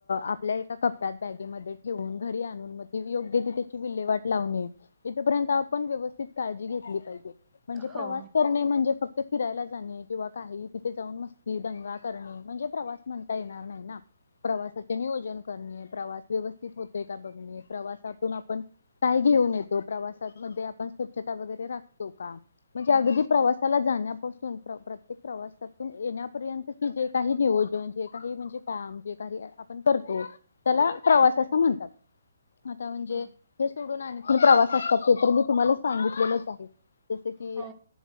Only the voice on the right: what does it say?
हो
हां
हां
हो